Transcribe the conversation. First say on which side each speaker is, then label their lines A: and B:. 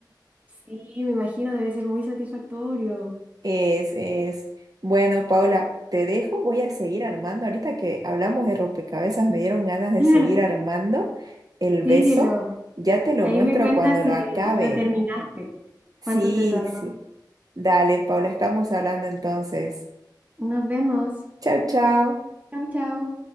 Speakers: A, on the right; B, on the right.
A: Sí, me imagino, debe ser muy satisfactorio.
B: Es, es. Bueno, Paula, te dejo. Voy a seguir armando. Ahorita que hablamos de rompecabezas, me dieron ganas de
A: Claro,
B: seguir armando el
A: síguelo.
B: beso. Ya te lo
A: Ahí
B: muestro
A: me cuentas
B: cuando
A: si
B: lo acabe.
A: la terminaste. ¿Cuánto
B: Sí,
A: te tardó?
B: sí. Dale, Paula, estamos hablando entonces.
A: Nos vemos.
B: Chao, chao.
A: Chau, chau.